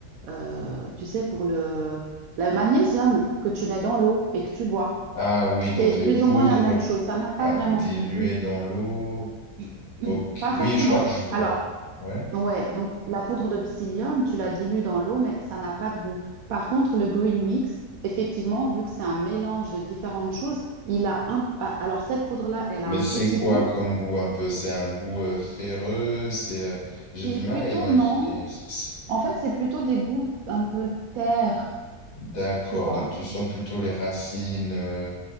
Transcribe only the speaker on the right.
euh, tu sais, pour le, le magnésium que tu mets dans l'eau et que tu bois.
C'est
plus
ou moins la même chose. Ça n'a pas
vraiment
de goût.
<clears throat>
Pas
forcément.
Alors,
Ouais, donc la poudre de psyllium, tu la dilues dans l'eau, mais ça n'a pas de goût. Par contre, le green mix, effectivement, vu que c'est un mélange de différentes choses, il a un... ah, Alors cette poudre-là, elle a
un
petit
goût.
C'est
plutôt
non.
En fait, c'est plutôt des goûts un peu terre,
tu vois.